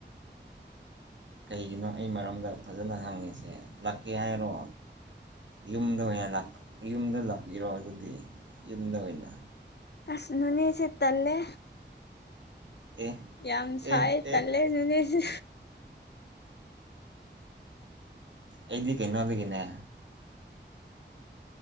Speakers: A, on the right; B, on the left.
A: ꯀꯩꯒꯤꯅꯣ ꯑꯩ ꯃꯔꯝꯗ ꯐꯖꯅ ꯍꯪꯉꯤꯁꯦ ꯂꯥꯛꯀꯦ ꯍꯥꯏꯔꯣ ꯌꯨꯝꯗ ꯑꯣꯏꯅ ꯌꯨꯝꯗ ꯂꯥꯛꯄꯤꯔꯣ ꯑꯗꯨꯗꯤ ꯌꯨꯝꯗ ꯑꯣꯏꯅ
B: ꯑꯁꯅꯨꯅꯤ ꯁꯤꯠꯇꯂꯦ
A: ꯑꯦ
B: ꯌꯥꯝ ꯁꯥꯏ
A: ꯑꯦ
B: ꯇꯜꯂꯦ
A: ꯑꯦ
B: ꯅꯅꯦꯁꯦ
A: ꯑꯩꯗꯤ ꯀꯩꯅꯣꯗꯒꯤꯅꯦ